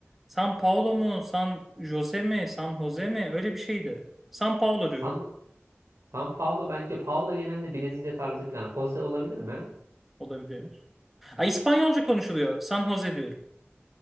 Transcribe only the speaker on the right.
San,
San Paulo bence Paulo genelde Brezilya tarzı falan. Jose olabilir mi?